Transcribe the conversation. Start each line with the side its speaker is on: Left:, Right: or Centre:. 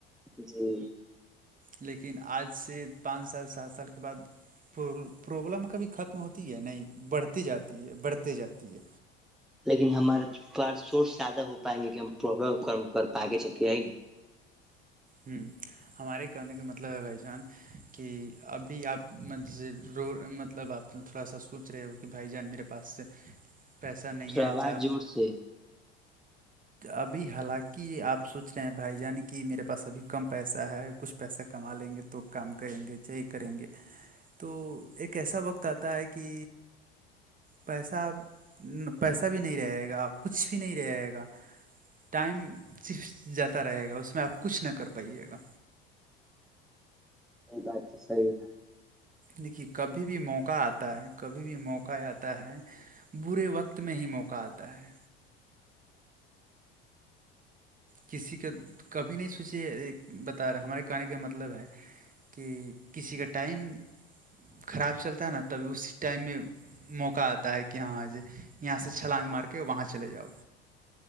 Centre: جی
Right: لیکن آج سے پانچ سال سات سال کے بعد پرابلم کبھی ختم ہوتی ہے نہیں بڑھتی جاتی ہے بڑھتی جاتی ہے
Centre: لیکن ہمارے پاس سورس زیادہ ہو پائیں گے کہ ہم پربلم کم پ چلتی ہے ن
Right: ہ ہمارے کہنے کا مطلب ہے بھائی جان کہ ابھی آپ ر مطلب آپ تھوڑا سا سوچ رہے ہو کہ بھائی جان میرا کے پاس پیسہ نہیں
Centre: تھوڑا
Right: ہے
Centre: آواز
Right: چ
Centre: زور سے
Right: ابھی حالانکہ آپ سوچ رہے ہیں بھائی جان کی میرے پاس ابھی کم پیسہ ہے کچھ پیسہ کما لیں گے تو کام کریں گے یہی کریں گے تو ایک ایسا وقت آتا ہے کہ پیسہ پیسہ بھی نہیں رہے گا کچھ بھی نہیں رہے گا ٹائم صرف جاتا رہے گا اس میں آپ کچھ نہ کر پائیے گا
Centre: یہ بات تو صحیح ہےا
Right: دیکھیے کبھی بھی موقع آتا ہے کبھی بھی موقع آتا ہے برے وقت میں ہی موقع آتا ہے کسی کا کبھی نہیں سوچے بتا رہا ہمارے کہنے کا مطلب ہے کہ کسی کا ٹائم خراب چلتا ہے نا تبھی اس ٹائم میں موقع آتا ہے کہ ہاں جی یہاں سے چھلانگ مار کے وہاں چلے جاؤ